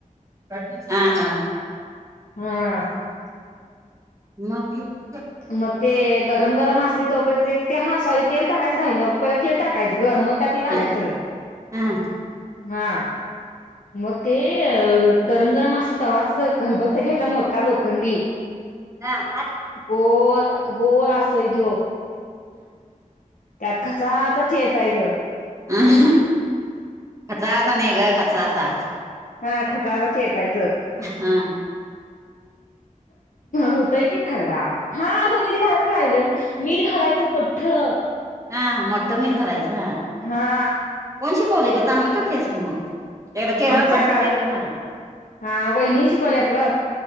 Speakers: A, on the right (about 20°); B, on the left (about 70°).
A: हा,
B: हा
A: हा.
B: मग ते गरम, गरम असते तोपर्यंत ते हा सॉरी तेल टाकायचं राहिलं. परला तेल टाकायचं ग मग त्यात ते घालायचं
A: हा
B: सगळं
A: हा.
B: हा. मग ते गरम, गरम असतय तव्हाच खलबत्ता घ्यायचा मोठा लोखंडी
A: हा.
B: गोल, गोल असतय तो. त्यात घसासा चेचायचं
A: हम घचाचा नाही ग कचाचा.
B: हा खसासा चेचायचं.
A: हा.
B: होतय कि खरडा‌. हा अगं मीठ घावायचं राहिलं, मीठ घालायचं मोठं.
A: हा मोठ घालायचं हा
B: हा
A: कोण शिकवलं ग चांगलं करतेस की मग? एकदा केला
B: आमच्या
A: की पाटवून दे बाई मला
B: हा वहिनी शिकवल्यात ग